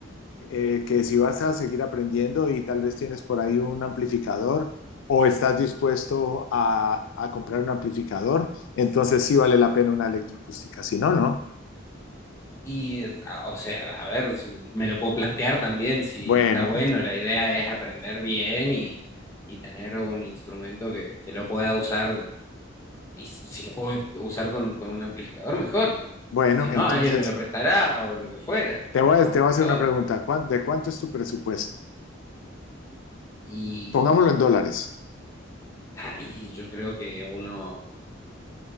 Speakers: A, on the left (about 70°); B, on the left (about 15°).
A: eh, que si vas a seguir aprendiendo y tal vez tienes por ahí un amplificador o estás dispuesto a, a comprar un amplificador, entonces sí vale la pena una electroacústica, si no, no.
B: Y, a- o sea, a ver, si- me lo puedo plantear también si
A: Bueno,
B: está bueno.
A: te-
B: La idea es aprender bien y, y tener un instrumento que, que lo pueda usar Y si si lo puedo usar con, con un amplificador, mejor.
A: bueno,
B: Si no,
A: entonces
B: alguien me lo prestará o lo que fuera.
A: te voy
B: Va-
A: a,
B: Vamos
A: te voy
B: con
A: a hacer
B: todo.
A: una pregunta. ¿Cuán- ¿De cuánto es tu presupuesto?
B: Y
A: Pongámoslo en dólares.
B: ahí yo creo que unos